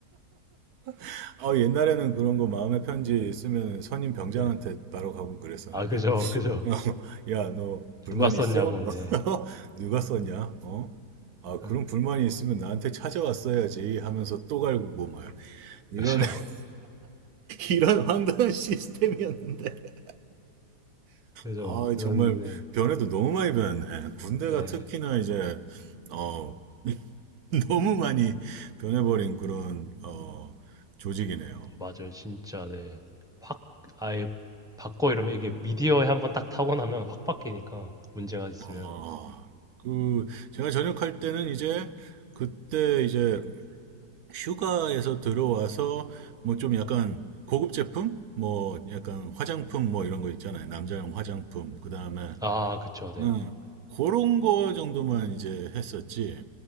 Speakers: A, on the right; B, in the centre.
A: <laughs> 아, 옛날에는 그런 거 마음의 편지
B: 네,
A: 쓰면 선임 병장한테
B: 네.
A: 바로 가고 그랬었는데.
B: 아 그죠 그죠
A: <laughs> 야, 너 불만
B: 누가 썼냐고
A: 있어?
B: 네
A: <laughs> 누가 썼냐? 어? 아,
B: 아,
A: 그런 불만이 있으면 나한테 찾아왔어야지 하면서 또 갈구고 막 이런
B: 그죠
A: <laughs> 이런 황당한 시스템이었는데.
B: 그죠.
A: 아,
B: 그런데,
A: 정말 변해도 너무 많이 변했네. 군대가
B: 네.
A: 특히나 이제 어 <laughs> 너무 많이 변해버린 그런 어 조직이네요.
B: 어, 맞아요. 진짜, 네. 확, 아예 바꿔 이러면 이게 미디어에 한번 딱 타고 나면 확 바뀌니까 문제가 있으면.
A: 아, 그 제가 전역할 때는 이제 그때 이제 휴가에서 들어와서 뭐 좀 약간 고급 제품, 뭐 약간 화장품 뭐 이런 거 있잖아요. 남자용 화장품. 그다음에
B: 아, 그쵸. 네네.
A: 음, 그런 거 정도만 이제 했었지.